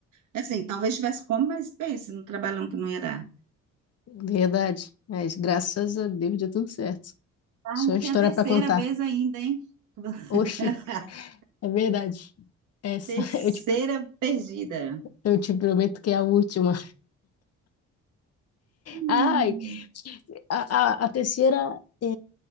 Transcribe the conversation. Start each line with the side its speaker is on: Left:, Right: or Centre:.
Right: É Assim, talvez tivesse como, mas pense no trabalhão que não ia dar.
Left: Verdade. Mas graças a Deus deu tudo certo.
Right: Ah,
Left: Só
Right: ainda
Left: história
Right: tem a terceira
Left: para contar.
Right: vez ainda, hein?
Left: Oxi.
Right: <laughs>
Left: É verdade. Essa,
Right: Terceira
Left: <laughs> eu te,
Right: perdida.
Left: eu te prometo que é a última.
Right: Hum.
Left: Ai, a, a, a terceira é...